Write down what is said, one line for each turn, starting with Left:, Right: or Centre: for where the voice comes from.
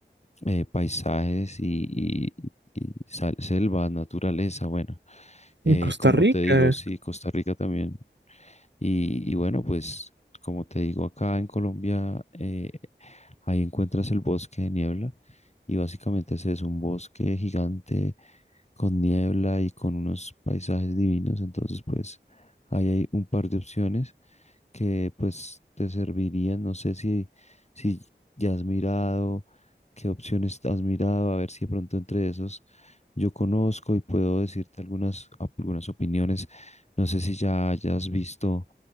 Left: eh, paisajes y, y- y sal- selva, naturaleza, bueno, eh,
Right: En Costa
Left: como
Right: Rica.
Left: te digo, sí, Costa Rica también. Y, y bueno, pues como te digo, acá en Colombia, eh, ahí encuentras el bosque de niebla y básicamente ese es un bosque gigante con niebla y con unos paisajes divinos, entonces pues ahí hay un par de opciones que pues te servirían, no sé si, si ya has mirado. ¿Qué opciones has mirado? A ver si de pronto entre esos yo conozco y puedo decirte algunas, algunas opiniones. No sé si ya hayas visto